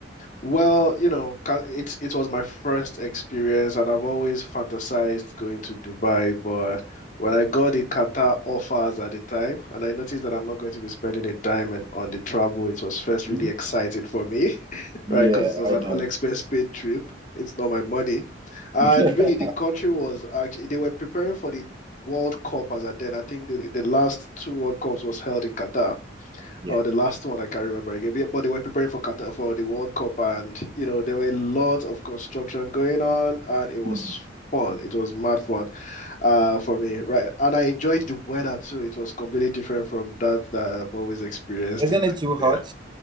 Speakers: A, on the left (about 40°); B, on the right (about 25°).
A: Well, you know, ca- it's it was my first experience, and I've always fantasized going to Dubai. But when I got the Qatar offers at the time, and I noticed that I'm not going to be spending a dime and, on the travel, it was first
B: Hmm?
A: really exciting for me, <laughs>
B: Yeah,
A: right? Because it was
B: I
A: an
B: know.
A: all expense paid trip. It's not my money, and
B: <laughs>
A: really the country was actually they were preparing for the World Cup as at then. I think the the last two World Cups was held in Qatar
B: Yeah,
A: or the last
B: yeah.
A: one I can't remember again. But yeah, but they were preparing for Qatar for the World Cup, and you know there were lots of construction going on, and it was
B: Mm.
A: fun. It was mad fun, uh, for me, right? And I enjoyed the weather too. It was completely different from that that I've always experienced
B: Isn't
A: in
B: it too hot?
A: Nigeria.